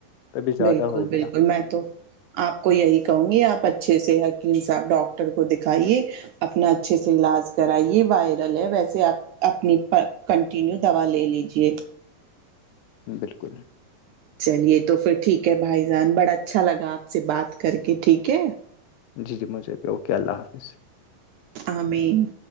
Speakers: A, on the left; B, on the right.
A: کبھی زیادہ
B: بالکل
A: ہو
B: بالکل
A: گیا ہوں،
B: میں تو آپ کو یہی کہوں گی آپ اچھے سے حکیم صاحب ڈاکٹر کو دکھائیے اپنا اچھے سے علاج طرح یہ وائرل ہے ویسے آپ اپنی کنٹینیو دوا لے لیجے
A: بالکل ہے
B: چلیے تو پھر ٹھیک ہے بھائی جان بڑا اچھا لگا آپ سے بات کر کے ٹھیک ہے
A: جی جی مجھے بھی اوکے اللہ حافظ
B: آمین